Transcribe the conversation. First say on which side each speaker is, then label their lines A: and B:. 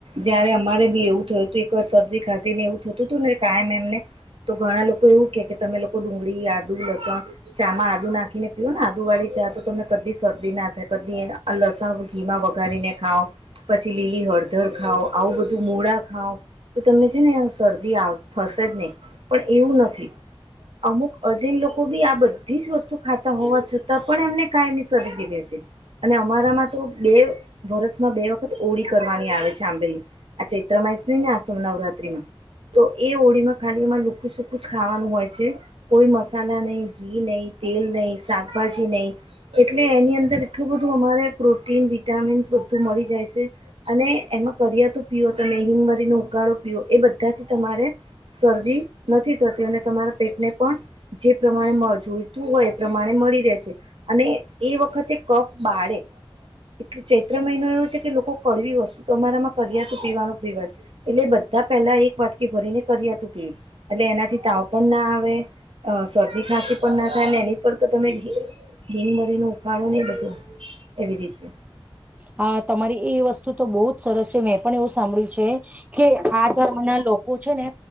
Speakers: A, on the right (about 85°); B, on the right (about 15°).
A: જયારે અમારે બી એવું થયું હતું એક વાર શરદી ખાસી ને એવું થતું હતું ને કાયમ એમને તો ઘણા લોકો એવું કે કે તમે લોકો ડુંગળી આદુ લસણ ચામાં આદુ નાખીને પીય ને આદુ વાળી ચા તો તમને કદી શરદી ના થાય કદી લસણ ઘી મા વગાર ઉકારીને ખાાવ પછી લીલી હળદર ખાઓ આવું બધું મૂળા ખાઓ તો તમને છે ને શરદી થશે જ નહીં પણ એવું નથી અમુક અજૈન લોકો બી આ બધી જ વસ્તુ ખાતા હોવા છતાં પણ એમને કાયમી સરીદી રે છે અને અમારામાં તો બે વરસમાં બે વખત ઓળી કરવાની આવે છે આંબેલ આ ચૈત્ર માસ ને આસોમ નવરાત્રીમાં તો એ ઓળીમાં ખાલી એમાં લુકું સુખું જ ખાવાનું હોય છે કોઈ મસાલા નહી ઘી નહીં તેલ નહી શાકભાજી નહી એટલે એની અંદર એટલું બધું અમારે પ્રોટીન વિટામીનસ બધું મળી જાય છે અને એમાં કરિયાતુ પીઓ તમે હિંગમરીનો ઉકાળો પીઓ એ બધાથી તમારે શરદી નથી થતી અને તમારા પેટને પણ જે પ્રમાણે જોઈતું હોય એ પ્રમાણે મળી રહેશે અને એ વખતે કફ બાળે એટલે ચૈત્ર મહિનો એવો છે કે લોકો કડવી વસ્તુ તો અમારા મા કડિયાતું પીવાનો પ્રિવ એટલે બધા પેલા એક વાટકી ભરીને કરીયા તુ પે એટલે એનાથી તાવ પણ ના આવે અ શરદી ખાંસી પણ ના થાય ને એની પર તો તમે બિનમરી નો ઉકાળો નહ બધું એવી રીતે
B: હા તમારી એ વસ્તુ તો બહુ જ સરસ છે મેં પણ એવું સાંભળ્યું છે કે આ ધર્મ ના લોકો છે ને